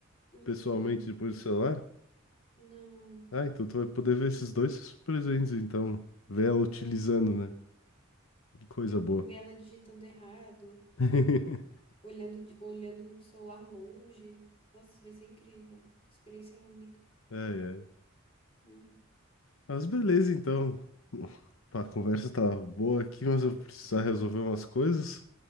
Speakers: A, on the left; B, on the left.
A: Uhum.
B: pessoalmente depois do celular.
A: Não,
B: Ah, então tu
A: não
B: vai poder
A: vi.
B: ver esses dois presentes, então. Ver ela utilizando,
A: É, é.
B: né? Coisa boa.
A: Ver ela digitando errado,
B: <laughs>
A: olhando, de- olhando o celular longe. Nossa, vai ser incrível. Experiência única.
B: Ai, ai.
A: né?
B: Mas beleza, então. Pá, A conversa tá boa aqui, mas eu vou precisar
A: Uhum.
B: resolver umas coisas,